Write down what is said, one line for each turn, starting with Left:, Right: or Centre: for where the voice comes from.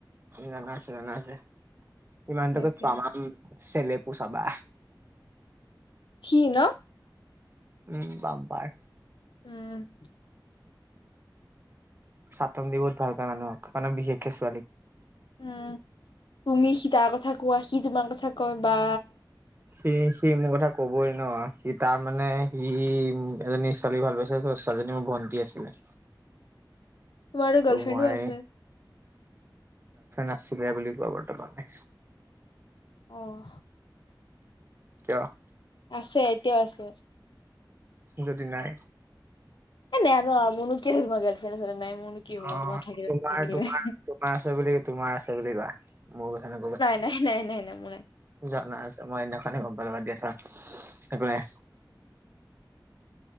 Right: জানা আছে জানা আছে ইমান
Left: তাকে
Right: কত তামাম চেলেপু চাবা
Left: সি ন
Right: উম বাম পাৰ
Left: উম
Right: সাতন দি বহুত ভাল পায় মানুহক মানে বিশেষকে ছোৱালীক
Left: উম তুমি সি তাৰ কথা কোৱা সি তোমাৰ কথা কয় বা
Right: স সি মোৰ কথা কবই ন সি তাৰ মানে সি এজনী ছোৱালী ভাল পাইছে ছোৱালীজনীৰ বণ্টি আছিলে
Left: <unintelligible> তোমাৰ আৰু গৰ্লফ্ৰেণ্ডও
Right: ত' মই
Left: আছে
Right: আছিল বুলি কোৱা বৰ্তমানে
Left: আহ
Right: কিয়
Left: আছে এতিয়া আছে
Right: যদি নাই
Left: এ নানো মন কে মই গলফ্ৰেন নাই মোৰনো কি হ'ব
Right: অ
Left: তোমাৰ থাকিলে
Right: তোমাৰ
Left: নাথাকিলে
Right: তোমাৰ
Left: নাই।
Right: তোমাৰ আছে বুলি তোমাৰ আছে বুলি কোৱা মোৰ কথা নকবা
Left: নাই নাই নাই নাই মোৰ নাই
Right: জাই আছে মই সেদিনাখনে গমপালো বা দিয়া থাকিব ই